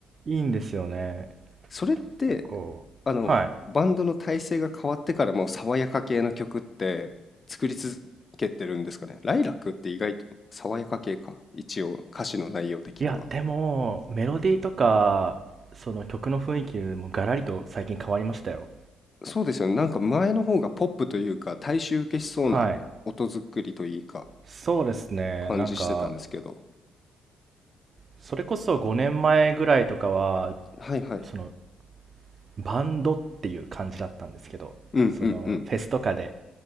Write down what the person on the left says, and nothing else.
それって、
あの、
バンドの体制が変わってからも爽やか系の曲って作り続けてるんですかね。ライラックって意外と爽やか系か。一応歌詞の内容的には。
そうですよね。なんか前の方がポップというか大衆受けしそうな音作りというか
感じしてたんですけど。
はいはい。
うんうんうん。